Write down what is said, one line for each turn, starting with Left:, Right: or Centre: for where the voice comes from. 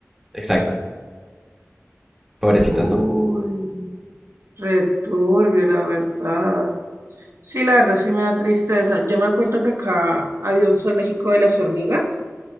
Centre: Exacto. Pobrecitas,
Right: Uy,
Centre: ¿no?
Right: returbio, la verdad. Sí, la verdad sí me da tristeza. Yo me acuerdo que acá había un zoológico de las hormigas.